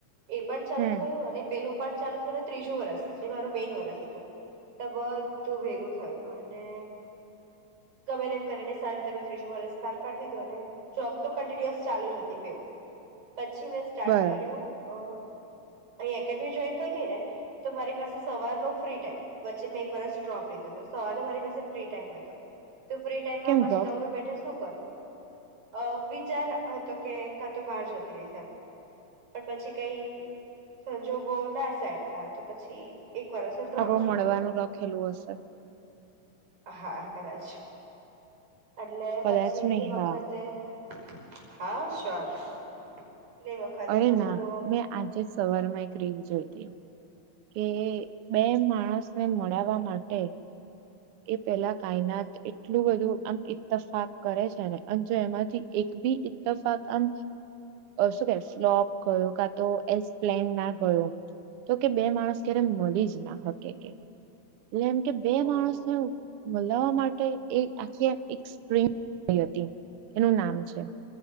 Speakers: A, on the right; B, on the right.
A: એ પણ ચાલુ
B: હમ
A: થયું અને પેલું પણ ચાલુ થયુંને ત્રીજું વરસ જે મારું મેઈન વરસ હતું તો બધું ભેગું થયું અને ગમે તે એમ કરીને સારીતે મે ત્રીજું વરસ પાર પાડી દીધું અને જોબ તો કન્ટિન્યુઅસ ચાલુ જ હતી બેવ પછી મેં સ્ટાર્ટ
B: બરાબર
A: કર્યું અ અહીં એકેડેમી જોઈન થઈ ગઈ ને તો મારી પાસે સવારનો ફ્રી ટાઈમ વચ્ચે મેં એક વરસ ડ્રોપ લીધો હતો સવારનો મારી પાસે ફ્રી ટાઈમ હોય હતો. તું ફ્રી ટાઈમમાં
B: કેમ
A: પછી
B: ડ્રોપ
A: નવરો બેઠે શું કરું. અ વિચાર હતો કે કા તો બહાર જતી રહીશ એમ પણ પછી કઈ સંજોગો ના સેટ થાય તો પછી એક વારસ ડ્રોપ
B: આપણું
A: જેવું
B: મળવાનું
A: થઇ ગયો.
B: લખેલું હશે
A: હા કદાચ એટલે
B: કદાચ
A: પછી
B: નહી
A: એ વખત
B: હા
A: હે <inaudible> હા શ્યોર. એટલે એ વખતે
B: અરે
A: થોડું
B: ના મેં આજે સવારમાં એક રીન જોઈતી. કે બે માણસને મળવા માટે એ પેલા કાયનાત એટલું બધું આમ ઈતફાક કરે છે ને અને જો એમાંથી એક બી ઇતફાક આમ સો ફલોપ ગયો કા તો એપ્લે ના ગયો તો એક બે માણસ ક્યારે મળી જ ના હકે કે. એટલે એમ કે બે
A: ઓહો
B: માણસને મલાવા માટે એ આખી એક્રી હતી એનું નામ છે.